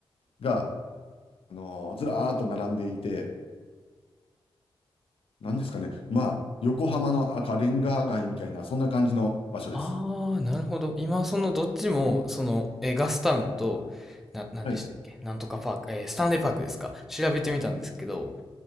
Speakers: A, on the left; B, in the centre.
A: があのずらーっと並んでいて、なんですかね、まあ、横浜の赤レンガ街みたいな、そんな感じの場所です。
B: ああ、なるほど。今、そのどっちも、その、えーガスタウンと、な、なんでしたっけなんとかパーク、
A: はい。
B: えースタンレーパークですか調べてみたんですけど、